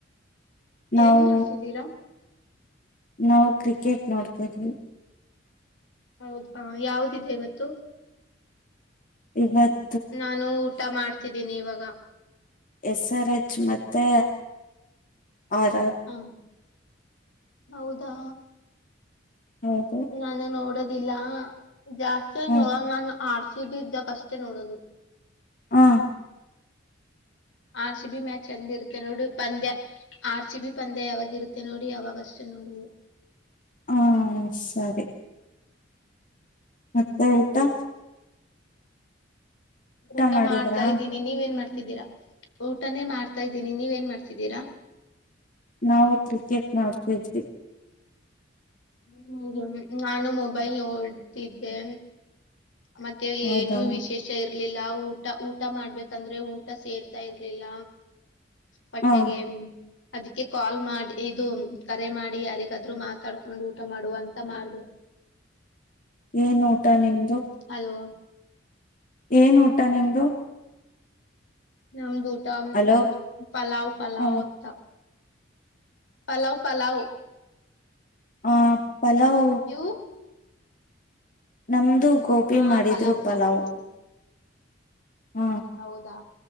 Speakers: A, on the left; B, on the left.
A: ನಾವು
B: ಏನ್ ಮಾಡ್ತಿದೀರಾ
A: ನಾವು ಕ್ರಿಕೆಟ್ ನೋಡ್ತೇವಿ
B: ಹೌದಾ ಯಾವ್ದಿದೆ ಇವತ್ತು
A: ಇವತ್ತ
B: ನಾನು ಊಟ ಮಾಡ್ತಿದ್ದೀನಿ ಇವಾಗ
A: ಎಸ್ ಆರ್ ಮತ್ತೆ ಆರಾಮ
B: ಹ ಹೌದಾ
A: ಹೌದು
B: ನಾನು ನೋಡದ ದಿಲ್ಲಾ ಜಾಸ್ತಿ
A: ಹ್ಮ್
B: ನೋಡಲ್ ನಾನ್ ಆರ್ ಸಿ ಬಿ ಇದ್ದಾಗ ಅಷ್ಟೇ ನೋಡೋದು
A: ಹಾ
B: ಆರ್ ಸಿ ಬಿ ಮ್ಯಾಚ್ ಚಂದ ಇರುತ್ತೇ ನೋಡು ಪಂದ್ಯ ಆರ್ ಸಿಿ ಬಿ ಪಂದ್ಯ ಯಾವಾಗ ಇರುತ್ತೆ ನೋಡಿ ಅವಾಗ್ಗಷ್ಟೇ ನೋಡೋದು
A: ಹಾ ಸರಿ ಮತ್ತೆ
B: ಹ್ಮ್
A: ಊಟಾ
B: ಊಟಾ
A: ಮಾಡಿದ್ರಾ
B: ಮಾಡ್ತಾ ಇದ್ದೀನಿ ನೀವ ಏನ್ ಮಾಡ್ತ ಮಾಡತಿದ್ದೀರಾ ಊಟನೇ ಮಾಡ್ತಾ ಇದ್ದೀನಿ ನೀವ ಏನ್ ಮಾಡ್ತಿದ್ದೀರಾ
A: ನಾವು ಕ್ರಿಕೆಟ್ ನೋಡ್ತಿದ್ವಿ
B: ಹ್ಮ ನಾನು ಮೊಬೈಲ್ ನೋಡ್ತಿದ್ದೆ ಮತ್ತೆ
A: ಹೌದಾ
B: ಏನು ವಿಶೇಷ ಇರ್ಲಿಲ್ಲ ಊಟ ಊಟ ಮಾಡ್ಬೇಕಂದ್ರೆ ಊಟ ಸೇರ್ತಾ ಇರ್ಲಿಲ್ಲ ಪಟ್ಟೆಗೆ
A: ಹ
B: ಅದಕ್ಕೆ ಕಾಲ್ ಮಾಡಿ ಇದು ಕರೆ ಮಾಡಿ ಯಾರಿಗಾದ್ರು ಮಾತ ಕರಕೊಂಡ ಊಟ ಮಾಡುವಾ ಅಂತಾ ಮಾಡದೇ
A: ಏನ್ ಊಟ ನಿಮ
B: ಹಲೋ
A: ಏನ್ ಊಟ ನಿಮ್ದು
B: ನಮ್ಮ ದೂಡ
A: ಹಲೋ
B: ಪಲಾವ ಪಲಾವ
A: ಹ
B: ಅತ್ತ ಪಲಾವ್ ಪಲಾವ್
A: ಹಾ ಪಲಾವ
B: ನೀವು
A: ನಮ್ದು ಗೋಬಿ
B: ಆ
A: ಮಾಡಿದ್ರು
B: ಊಟ
A: ಪಲಾವ್
B: ಮಾಡ್ತಿದ್ದೀನಿ
A: ಹ
B: ಹೌದಾ